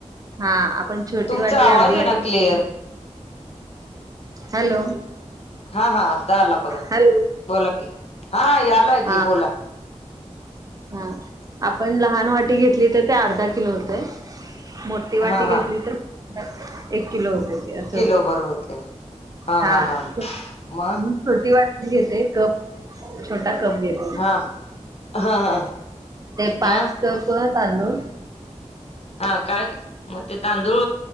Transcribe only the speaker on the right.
हा आपण छोटी
वाटी
अर्धी
वाटी
घेतली
ना. हॅलो
हॅलो.
हा
हा आपण लहान वाटी घेतली तर ते अर्धा किलो होतय मोठ ती वाटी
घेतली तर एक किलो होते अस
का
छोटी
वाटण घेते कप छोटा कप घेते
ते पाच
भर तांदूळ